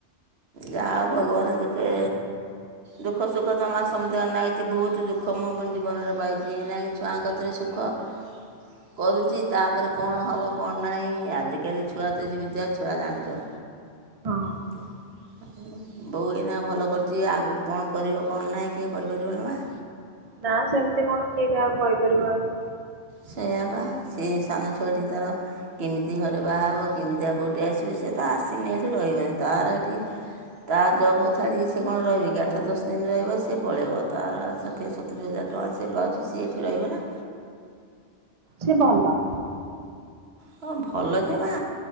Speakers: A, on the right; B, on the right.
A: ଯାହା ଭଗବାନ ଦୁଃଖେ ଦୁଃଖ ସୁଖ ତ ମା ସମେତ ନାହିଛି ବହୁତ ଦୁଃଖ ମୁଁ ମୋ ଜୀବନରେ ପାଇଛି ଏନାକି ଛୁଆଙ୍କତରେ ସୁଖ <unintelligible> କରୁଛି ତାପରେ କଣ ହେବ କଣ ନାହିଁ ଆଜିକାଲି ଛୁଆ ତ ଯେମିତିଆ ଛୁଆ ଜାଣିଛ
B: ହଁ।
A: <unintelligible> ବୋହୁ ଏଇନା ଭଲ କରିଛି ଆଗକୁ କଣ କରିବ କଣ ନାହିଁ କିଏ କରିପାରିବଲ ବା
B: ନା ସେମିତି କଣ କିଏ କାହାକୁ କହିପାରିବ ଆମ
A: ସେଇଆ ବା ସେ ସାନ ଛୁଆଟି ତାର କେମିତି ଘରେ ବାହା ହବ କେମିତିଆ ବୋହୁଟେ ଆସିବେ ସେଏ ତା ଆସିନେ ଏଠି ରହିବନି ତାର ଏଠି ତା ଜବକୁ ଛାଡ଼ିକି ସିଏ କଣ ରହିବ କି ଆଠ ଦଶ ଦିନ ରହିବ ସିଏ ପଳେଇବ ତା ଷାଠିଏ ସତୁରି ହଜାର ଟଙ୍କା ସିଏ ପାଉଛି ସିଏ ଏଠି ରହିବ ନା।
B: ସିଏ ଭଲ।
A: ହଁ ଭଲ ଯେ ମା